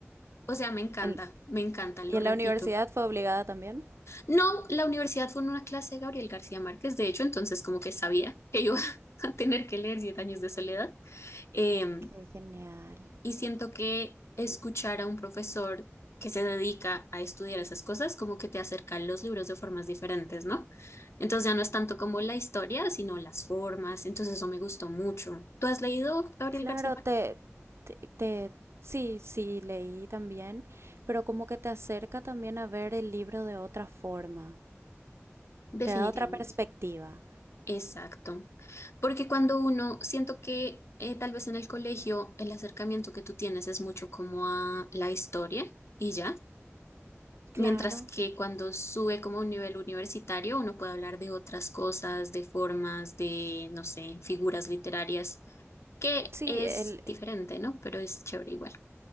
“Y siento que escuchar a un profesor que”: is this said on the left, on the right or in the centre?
Left